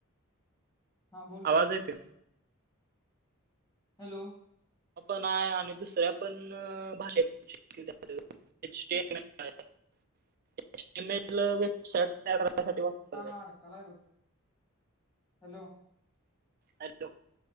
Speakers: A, on the left; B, on the right.
A: हां, बोल
B: आवाज
A: की!
B: येते
A: हॅलो!
B: पण आहे आणि दुसऱ्या पण भाषे <unintelligible> एचम एच एम एल वेबसाइट तयार करण्यासाठी वापरत्यात.
A: अडकलाय बघ हॅलो!
B: हे <inaudible> हॅलो,